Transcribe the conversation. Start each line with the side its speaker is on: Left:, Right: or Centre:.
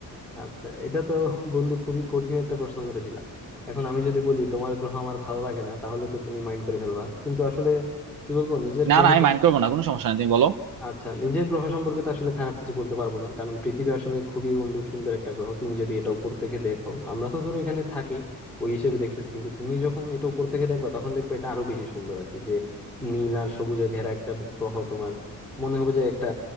Centre: আচ্ছা এটা তো বন্ধু খুবই কঠিন একটা প্রশ্ন করে দিলাম এখন আমি যদি বলি তোমার গ্রহ আমার ভালো লাগে না তাহলে তো তুমি মাইন্ড করে ফেলবা কিন্তু আসলে কি বলবো নিজের
Right: না
Centre: গ্রহ
Right: না আমি মাইন্ড করবো না কোনো সমস্যা নেই তুমি বলো
Centre: আচ্ছা নিজের গ্রহ সম্পর্কে তো আসলে খারাপ কিছু বলতে পারবো না কারণ পৃথিবী আসলে খুবই বন্ধু সুন্দর একটা গ্রহ তুমি যদি এটা উপর থেকে দেখো আমরা তো ধরো এখানে থাকি ওই হিসেবে দেখতেছি কিন্তু তুমি যখন এটা উপর থেকে দেখবা তখন দেখবে এটা আরো বেশি সুন্দর আর কি যে নীল আর সবুজে ঘেরা একটা গ্রহ তোমার মনে হবে যে একটা